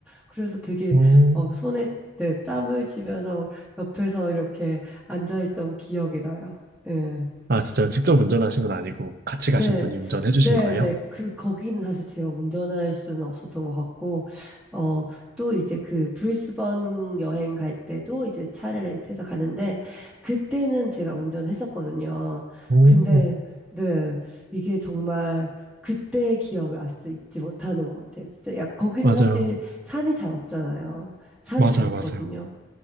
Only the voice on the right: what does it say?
어,
아, 진짜요? 직접 운전하신 건 아니고 같이
가신 분이 운전해 주신
거예요?
오,
맞아요.
맞아요,
맞아요.